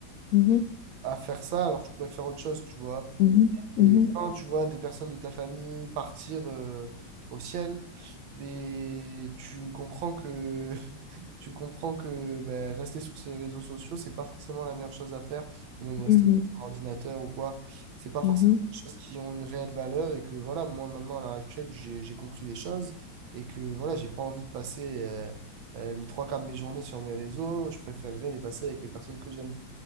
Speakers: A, on the left; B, on the right.
A: Mhm,
B: à faire ça alors que je pourrais faire autre chose, tu vois.
A: mhm,
B: Et
A: mhm,
B: quand tu vois des personnes de ta famille partir euh, au ciel, mais tu comprends que <laughs> tu comprends que ben, rester sur ces réseaux sociaux, c'est pas forcément la meilleure chose à faire, ou même rester
A: mhm,
B: sur son ordinateur ou quoi. C'est pas
A: mhm.
B: forcément des choses qui ont une réelle valeur et que voilà, moi maintenant à l'heure actuelle, j'ai, j'ai compris des choses et que voilà, j'ai pas envie de passer euh, euh, les trois quarts de mes journées sur mes réseaux. Je préférerais les passer avec les personnes que j'aime.